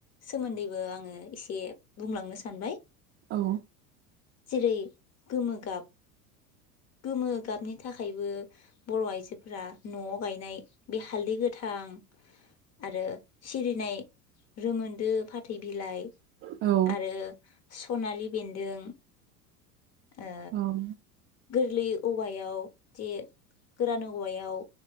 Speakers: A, on the left; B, on the right.
A: सोमोन्दैबो आङो एसे बुंलांनो सानबाय।
B: औ
A: जेरै गोमो गाब गोमो गाबनि थाखायबो बर' आइजोफोरा न'आव गायनाय बे हालदै गोथां आरो सिरिनाय रोमोन्दो फाथै बिलाइ
B: औ
A: आरो सनालि बेन्दों। ओ
B: औ
A: गोरलै औवायाव जे गोरान औवायाव